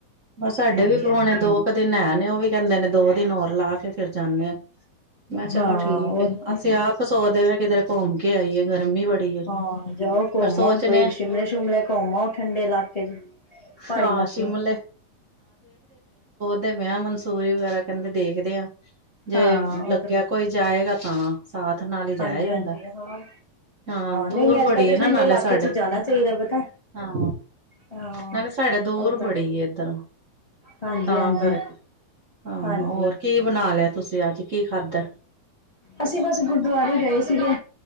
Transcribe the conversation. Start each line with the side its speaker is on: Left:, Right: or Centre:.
Right: ਬਸ ਸਾਡੇ
Left: ਹਾਂਜੀ,
Right: ਵੀ ਪੋਣੇ
Left: ਹਾਂਜੀ
Right: ਦੋ ਕੁ ਦਿਨ ਹੈ, ਨੇ ਉਹ ਵੀ ਕਹਿੰਦੇ ਨੇ ਦੋ ਦਿਨ ਹੋਰ ਲਾ ਕੇ ਫਿਰ ਜਾਂਨੇ ਆਂ। ਮੈਂ ਕਿਹਾ
Left: ਹਾਂ
Right: ਚਲੋ ਠੀਕ
Left: ਉਹੀ
Right: ਹੈ
Left: ਨਾ।
Right: ਅਸੀਂ ਆਪ ਸੋਚਦੇ ਪਏ ਕਿਧਰ ਘੁੰਮ ਕੇ ਆਈ ਆ ਗਰਮੀ ਬੜੀ ਐ,
Left: ਹਾਂ ਜਾਓ ਘੁੰਮ
Right: ਪਰ ਸੋਚਨ
Left: ਆਓ ਕੋਈ
Right: ਹ
Left: ਸ਼ਿਮਲੇ ਸ਼ੁਮਲੇ ਘੁੰਮ ਆਔ ਠੰਡੇ ਇਲਾਕੇ ਚ, ਪਹਾੜੀ
Right: ਹਾਂ
Left: ਇਲਾਕੇ
Right: ਸ਼ਿਮਲੇ ਤੇ ਵੀਆਹ ਮੰ ਮੂਵੀ ਵਗੈਰਾ ਕਹਿੰਦੇ ਦੇਖਦੇ ਆਂ। ਜੇ
Left: ਹਾਂ
Right: ਲੱਗਿਆ
Left: ਉੱਧਰ
Right: ਕੋਈ ਜਾਏਗਾ ਤਾਂ ਸਾਥ ਨਾਲ ਹੀ ਜਾਇਆ
Left: ਹਾਂਜੀ,
Right: ਜਾਂਦਾ
Left: ਹਾਂਜੀ ਹਾਂ।
Right: ਹਾਂ, ਦੂਰ
Left: ਨਹੀਂ, ਨਹੀਂ ਅੱਜ
Right: ਬੜੀ
Left: ਕੱਲ੍ਹ ਤਾਂ
Right: ਆ
Left: ਠੰਡੇ
Right: ਨਾ ਨਾਲੇ
Left: ਇਲਾਕੇ
Right: ਸਾਡੇ
Left: ਚ ਹੀ ਜਾਣਾ ਚਾਹੀਦਾ ਪਤਾ
Right: ਹਾਂ
Left: ਹਾਂ।
Right: ਨਾਲੇ ਸਾਡੇ ਦੂਰ
Left: ਓਦਾਂ
Right: ਬੜੀ ਇੱਧਰੋਂ -
Left: ਹਾਂਜੀ,
Right: ਤਾਂ
Left: ਹਾਂਜੀ,
Right: ਕਰਕੇ, ਹਾਂ
Left: ਹਾਂਜੀ
Right: ਹੋਰ ਕੀ ਬਣਾ ਲਿਆ। ਤੁਸੀਂ ਅੱਜ ਕੀ ਖਾਧਾ?
Left: ਅਸੀਂ ਬਸ ਗੁਰਦੁਆਰੇ ਗਏ ਸੀਗੇ।